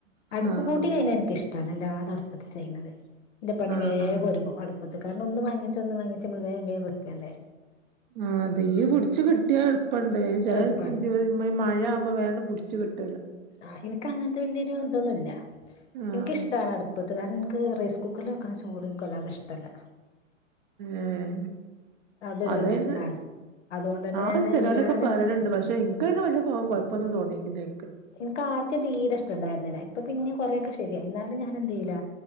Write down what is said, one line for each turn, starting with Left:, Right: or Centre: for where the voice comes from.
Left: അടുപ്പ്
Right: ആഹ്
Left: പൂട്ടി കഴിഞ്ഞാൽ എനിക്ക് ഇഷ്ട്ടാണ് എല്ലാതു അട്പത്ത് ചെയ്യുന്നത്. ഇന്റെ പണി
Right: ആഹ്
Left: വേഗം ഒരുങ്ങും അടുപ്പത്ത് കാരണം ഒന്ന് വാങ്ങിച്ച് ഒന്ന് വാങ്ങിച്ച് നമ്മൾ വേം വേം വെക്കല്ലേ.
Right: ആഹ് തീ പിടിച്ച് കിട്ടിയാ എളുപ്പണ്ട് ചെല
Left: എളുപ്പമാണ്
Right: ഈ മഴ ആവുമ്പോ വേണ്ട പിടിച്ച കിട്ട
Left: ആ ഇന്ക്ക് അങ്ങനത്തെ വല്യരു അതൊന്നുല്ല്യ
Right: ആഹ്
Left: എനിക്കിഷ്ടാണ് അടു പൊതുവെ ന്ക് റൈസ് കുക്കറിൽ വെക്കണ ചോറ് ന്ക്ക് വെല്ലതെ ഇഷ്ട്ടല്ല.
Right: ഏഹ്
Left: അതൊരു
Right: അതന്നെ
Left: ഇതാണ് അതുകൊണ്ട് തന്നെ
Right: ആഹ്
Left: ഞാന്
Right: ചിലോലൊക്കെ
Left: വല്ലാതെങ്ങട്ട്
Right: പറയലുണ്ട്. പക്ഷെ എനിക്ക് അതിന് വലിയ കൊഴപ്പപൊന്നും തോന്നിയിട്ടില്ലെ.
Left: എനക്ക് ആദ്യം തീരെ ഇഷ്ടം ണ്ടായിരുന്നില്ല ഇപ്പ പിന്നെ കുറെക്കെ ശരിയായി എന്നാലും ഞാനെന്തതു ചെയില്ല